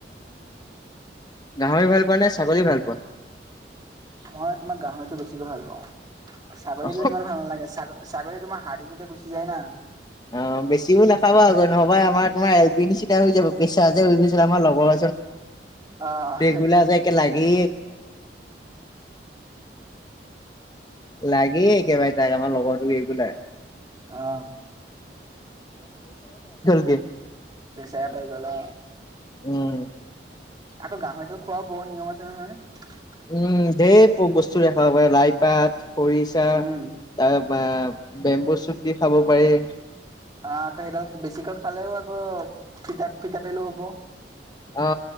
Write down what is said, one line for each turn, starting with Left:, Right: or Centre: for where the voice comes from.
Left: গাঁহৰি ভাল পোৱা নে ছাগলী ভাল পোৱা।
Right: মই তোমাৰ গাহৰিতো বেছিকৈ ভাল পাওঁ। ছাগলী
Left: অ
Right: দিল ইমান ভাল নালাগে ছ ছাগলী তোমাৰ হাৰাতীটোতে গুচি যায় না।
Left: অ বেছিও নাখাবা আগ নহবা আমাৰ তোমাৰ এল বি নিচিনা হৈ যাব পেছাজ হৈ গৈছিল আমাৰ লগৰ।
Right: অ',
Left: ৰেগলা যে একে লাগি। লাগে একেবাৰে। তোমাৰ লগৰতো ৰেগোলাৰ
Right: অ
Left: ে <inaudible>
Right: পইচা পাই গলা।
Left: উম।
Right: আকৌ গাহৰিডাল খোৱা বত নিয়ম আছে ন নহয়।
Left: উম ঢেৰ বস্তু দেখাব পাৰে লাই পাত খৰিচা
Right: অ',
Left: তাৰ বেম্বু চুপ দি খাব পাৰি।
Right: অ আকৌ সেইডাল বেছিকৈ খালেও আকৌ ফিতাপ ফিতাপেলো হ'ব।
Left: অ